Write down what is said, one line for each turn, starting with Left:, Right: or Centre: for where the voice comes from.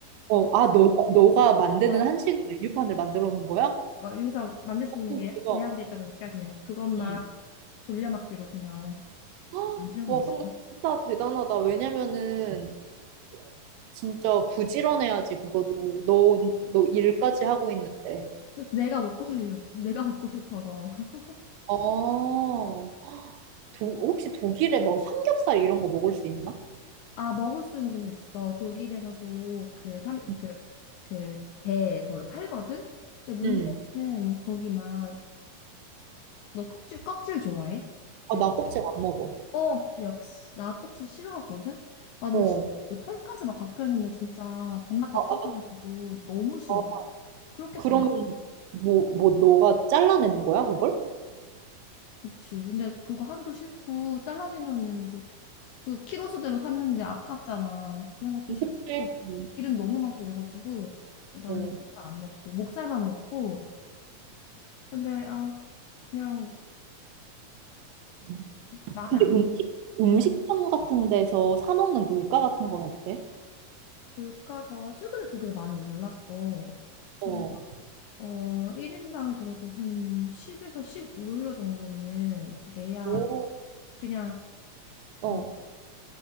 Right: 어, 아, 너가, 너가 만드는
Left: <laughs>
Right: 한식 메뉴판을 만들어 놓은 거야?
Left: 막 여기서 만들 수
Right: 어떤
Left: 있는 게
Right: 대박.
Left: 제한돼 있다 보니까 그냥 그것만
Right: 응.
Left: 돌려막기로 그냥
Right: 헉,
Left: 만들고
Right: 와,
Left: 있어.
Right: 근데 진짜 대단하다. 왜냐면은 진짜 부지런해야지, 그거도. 너, 너 일까지 하고 있는데.
Left: 내가 먹고 살려고. <laughs> 내가 먹고 싶어서. <laughs>
Right: 아, 도, 혹시 독일에 뭐 삼겹살 이런 거 먹을 수 있나?
Left: 아, 먹을 수는 있어. 독일에서도 그 삼,
Right: 응.
Left: 그, 그 배 거기 팔거든? 근데 문제는
Right: 응.
Left: 거기 막, 너 껍질, 껍질 좋아해?
Right: 아,
Left: 돼지?
Right: 나 껍질 안 먹어.
Left: 어, 역시. 나 껍질 싫어하거든? 아, 근데
Right: 어.
Left: 시- 털까지 막 박혀있는데 진짜 밥맛 다
Right: 아, 아,
Left: 떨어져가지고 너무 싫어.
Right: 아,
Left: 그렇게
Right: 그러면
Left: 팔아.
Right: 뭐, 뭐, 너가 잘라내는 거야, 그걸?
Left: 그치. 근데 그거 하기도 싫고, 잘라내면은 그, 그 키로 수대로 샀는데 아깝잖아. 그래서 그런 것도
Right: 껍질.
Left: 싫고, 또
Right: 응.
Left: 기름 너무 많고 이래가지고, 난
Right: 응.
Left: 살짝 안 먹고, 목살만 먹고, 근데 아, 그냥
Right: 응.
Left: 마음에
Right: 근데
Left: 안 들어.
Right: 음식, 음식점 같은 데서 사 먹는 물가 같은 건 어때?
Left: 물가가 최근에 독일에 많이 올랐어.
Right: 어,
Left: 그래서 어, 1인당 그래도 한 10에서 15유로 정도는 내야
Right: 오,
Left: 그냥
Right: 어.
Left: 뭐